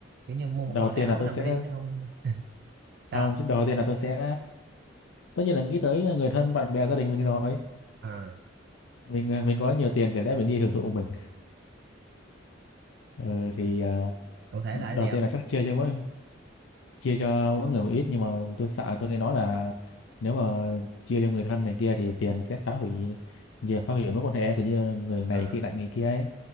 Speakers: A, on the right; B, on the left.
A: Kiểu như mua một
B: đầu
A: hòn
B: tiên
A: đảo
B: là tôi
A: nằm
B: sẽ
A: riêng cho ông sao?
B: không chứ đầu tiên là tôi sẽ tất nhiên là nghĩ tới người thân bạn bè gia đình mình rồi
A: à,
B: mình à, mình có nhiều tiền chả lẽ mình đi hưởng thụ mình ừ, thì à,
A: cụ thể
B: đầu
A: là cái gì
B: tiên
A: không
B: là chắc chia cho mỗi chia cho mỗi người một ít nhưng mà tôi sợ tôi nghe nói là nếu mà chia cho người thân này kia thì tiền sẽ phá hủy nhiều phá hủy mối quan hệ kiểu như người này
A: à,
B: tị nạnh người kia ấy